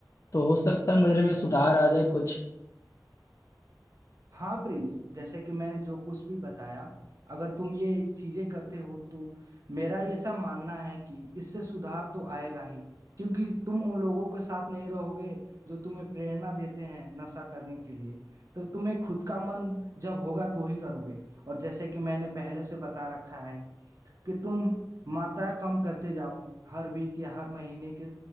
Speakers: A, on the left; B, on the right.
A: तो हो सकता है मुझे में सुधार आ जाए कुछ
B: हाँ प्रिंस जैसे कि मैंने जो कुछ भी बताया अगर तुम ये चीजें करते हो तो मेरा ऐसा मानना है कि इससे सुधार तो आएगा ही क्योंकि तुम उन लोगों के साथ नहीं रहोगे जो तुम्हें प्रेरणा देते हैं नशा करने के लिए तो तुम्हें खुद का मन जब होगा तो ही करोगे और जैसे कि मैंने पहले से बता रखा है कि तुम मात्रा कम करते जाओ हर वीक या हर महीने के